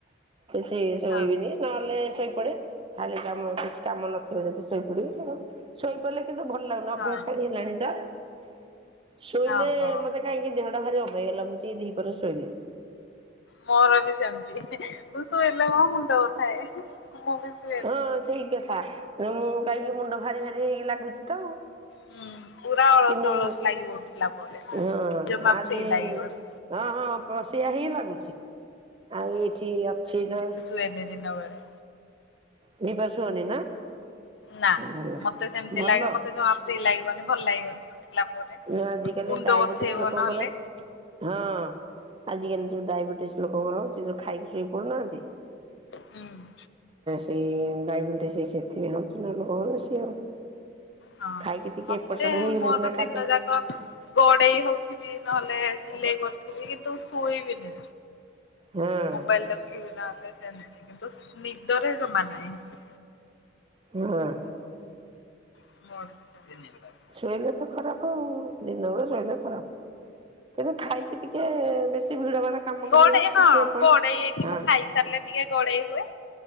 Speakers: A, on the right (about 30°); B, on the left (about 65°).
A: ସେ ଶୋଇବିନି
B: ହଁ।
A: ନହେଲେ ଶୋଇପଡେ। ଖାଲି କାମ କିଛି କାମ ନଥିବ ଯଦି ଶୋଇପଡିବି ଆଉ। ଶୋଇପଡିଲେ କିନ୍ତୁ ଭଲ ଲାଗୁନି
B: ହଁ
A: ଅଭ୍ୟାସଟା ହେଇଗଲାଣି ତ। ଶୋଇଲେ
B: ଓହୋ
A: ମତେ କାହିଁକି ଦେହଟା ଭାରି ଅବାଗ୍ୟା ଲାଗୁଛି ଦିପହରେ ଶୋଇଲେ।
B: ମୋର ବି ସେମିତି ମୁଁ ଶୋଇଲେ ମୋ ମୁଣ୍ଡ ବଥାଏ ମୁଁ ବି ସୁଏ।
A: ହଁ ସେଇ କଥା ତ ମୁଁ କାହିଁକି ମୁଣ୍ଡ ଭାରି ଭାରି ହେଇକି ଲାଗୁଛି ତ ଆଉ।
B: ହୁଁ ପୁରା ଅଳସ
A: କିନ୍ତୁ
B: ଅଳସ ଲାଗିବ ଉଠିଲା ପରେ
A: ହଁ
B: ଜମା
A: ଆଜି।
B: ଫ୍ରି ଲାଗିବନି।
A: ହଁ ହଁ ପସିଆ ହିଁ ଲାଗୁଛି ଆଉ ଏଇଠି ଅଛି ତ।
B: ନେଦି ଦିନ ବେଳେ
A: ହେଇପାରୁନି ନା
B: ନା
A: ଭଲ
B: ମୋତେ ସେମିତି
A: ଭଲ
B: ଲାଗେ ମତେ ଯମା ଫ୍ରୀ ଲାଗିବନି ଭଲ ଲାଗିବନି। ଉଠିଲା ପରେ।
A: ଆଜିକାଲି
B: ମୁଣ୍ଡ
A: ଡାଇବେଟିସ୍
B: ବଥେଇବ
A: ଲୋକଙ୍କର
B: ନହେଲେ
A: ହଁ। ଆଜିକାଲି ଯୋଉ ଡାଇବେଟିସ ଲୋକଙ୍କର ସେ ଯଉ ଖାଇକି ଶୋଇକ ପଡୁନାହାନ୍ତି?
B: ହୁଁ।
A: ସେଇ ଡାଇବେଟିସ ସେଇଥି ହଉଛି ନା ଲୋକଙ୍କୁ ବେଶୀ ଆଉ।
B: ହଁ
A: ଖାଇକି ଟିକେ
B: ମତେ
A: ଏପଟ ସେପଟ ହେଇଗଲେ
B: ମୋର
A: ସିନା
B: ଦିନ
A: ଖା
B: ଯାକ ଗଡେଇ ହଉଥିବି ନହେଲେ ସିଲେଇ କରିଥିବି କିନ୍ତୁ ଶୋଇବିନି।
A: ହଁ
B: ମୋବାଇଲ ଦେଖୁଥିବି ନହଲେ ସେମୀତି କିନ୍ତୁ ନିଦରେ ଜମା ନାହିଁଁ।
A: ହଁ।
B: <unintelligible>
A: ଶୋଇଲେ ତ ଖରାପ ଆଉ, ଦିନ ବେଳେ ଶୋଇଲେ ଖରାପ। କିନ୍ତୁ ଖାଇକି ଟି କେ ବେଶୀ ଭିଡ। <unintelligible>
B: ଗଡେଇ ହଁ
A: ଟିକେ ଏପଟ
B: ଗଡେଇ ଏଇଠି
A: ହଁ
B: ମୁଁ ଖାଇସାରିଲେ ଟିକେ ଗଡେଇ ହୁଏ।